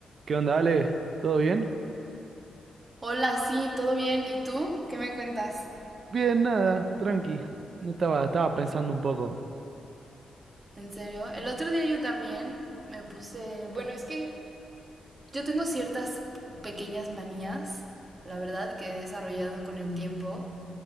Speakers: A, on the right; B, on the right.
A: ¿Qué onda, Ale? ¿Todo bien?
B: Hola, sí, todo bien. ¿Y tú? ¿Qué me cuentas?
A: Bien, nada, tranqui. No estaba, estaba pensando un poco.
B: ¿En serio? El otro día yo también me puse... Bueno, es que yo tengo ciertas pequeñas manías, la verdad, que he desarrollado con el tiempo